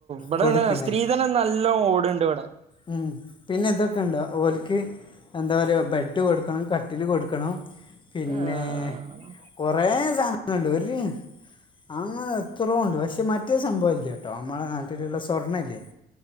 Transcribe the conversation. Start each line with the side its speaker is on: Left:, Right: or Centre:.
Right: ബാടദ
Left: കൊടുക്കുന്നത്
Right: സ്ത്രീധനം നല്ലം ഓട്ണ്ട് ഇവിടെ
Left: ഉം പിന്നെ ഇതൊക്കെ ഉണ്ടോ ഓല്ക്ക് എന്താ പറയാ ബ്രെഡ് കൊടുക്കണം കട്ടില് കൊടുക്കണം പിന്നെ
Right: ആഹ്
Left: കുറേ സാധനങ്ങളുണ്ട് ഒര് അങ്ങനെ എത്രോ ഉണ്ട് പക്ഷേ മറ്റേ സംഭവം ഇല്യ ട്ടോ നമ്മളെ നാട്ടിലുള്ള സ്വർണല്ല്യേ